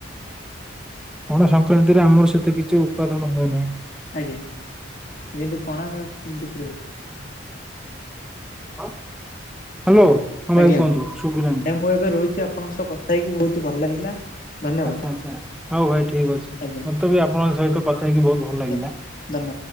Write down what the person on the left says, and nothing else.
ଆଜ୍ଞା! କିନ୍ତୁ ପଣା ବି
ଆଜ୍ଞା!
ମୁଁ ଏବେ ରହୁଚି ଆପଣଙ୍କ ସହ କଥା ହେଇକି ବହୁତ ଭଲ ଲାଗିଲା। ଧନ୍ୟବାଦ।
ଆଜ୍ଞା
ଆଜ୍ଞା
ଧନ୍ୟବାଦ।